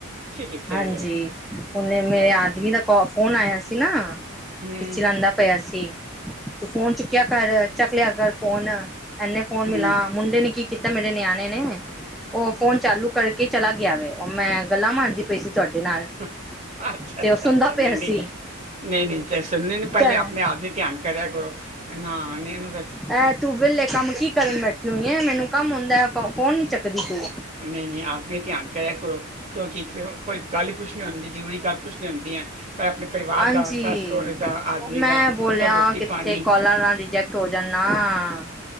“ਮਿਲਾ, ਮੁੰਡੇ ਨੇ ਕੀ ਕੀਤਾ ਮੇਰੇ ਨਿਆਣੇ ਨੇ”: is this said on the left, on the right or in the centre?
Centre